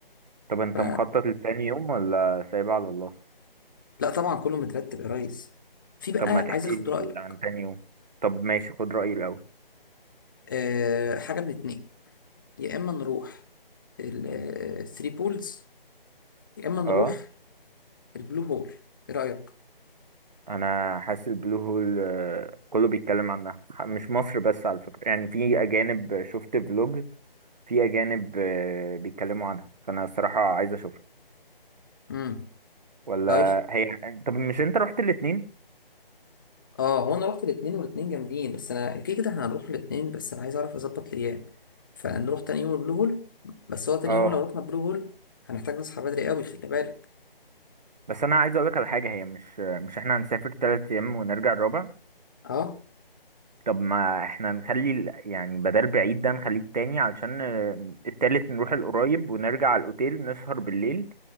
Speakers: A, on the right; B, on the left.
A: طب انت
B: ف...
A: مخطط لتاني يوم ولا سايبها على الله
B: لا طبعا كله مترتب يا ريس في بقى
A: طب ما تحكي
B: عايز اخد
A: لي
B: رايك
A: عن تاني يوم طب ماشي خد رأيي الأول
B: أه حاجه من اتنين يا اما نروح الثري بولز يا اما نروح
A: اه
B: البلو هول ايه رايك
A: انا حاسس البلو هول آه، كله بيتكلم عنها ح- مش مصر بس على فكرة يعني في اجانب شفت فلوج في اجانب آه، بيتكلموا عنها فانا الصراحة عايز اشوفها
B: امم
A: ولا
B: طيب
A: هي طب مش انت رحت الاتنين
B: اه هو انا رحت الاتنين والاتنين جامدين بس انا كده كده احنا هنروح الاتنين بس انا عايز اعرف اظبط الايام فنروح تاني يوم البلو هول بس هو تاني
A: اه
B: يوم لو رحنا البلو هول هنحتاج نصحى بدري قوي خلي بالك
A: بس انا عايز اقولك على حاجة هي مش آه، مش احنا هنسافر تلات ايام ونرجع الرابع
B: اه
A: طب ما احنا نخلي ال- يعني بدل بعيد ده نخليه التاني علشان آه، التالت نروح القريب ونرجع على الاوتيل نسهر بالليل